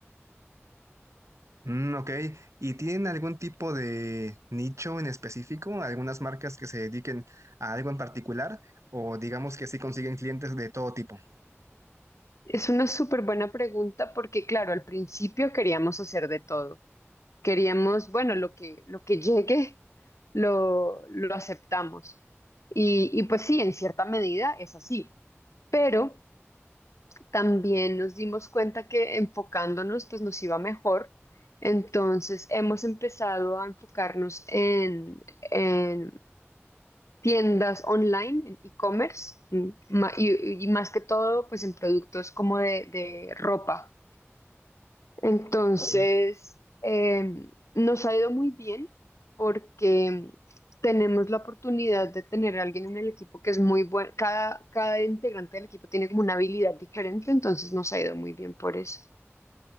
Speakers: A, on the right; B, on the left.
A: Mm, ok. ¿Y tienen algún tipo de nicho en específico? ¿Algunas marcas que se dediquen a algo en particular? ¿O digamos que sí consiguen clientes de todo tipo?
B: Es una súper buena pregunta porque, claro, al principio queríamos hacer de todo. queríamos, bueno, lo que, lo que llegue, lo, lo aceptamos. Y, y pues sí, en cierta medida es así, pero también nos dimos cuenta que enfocándonos, pues nos iba mejor. Entonces hemos empezado a enfocarnos en, en tiendas online, en e-commerce, mm, ma- y, y más que todo, pues en productos como de de ropa. Entonces,
A: Ok.
B: em, nos ha ido muy bien porque tenemos la oportunidad de tener a alguien en el equipo que es muy bueno. Cada, cada integrante del equipo tiene como una habilidad diferente, entonces nos ha ido muy bien por eso.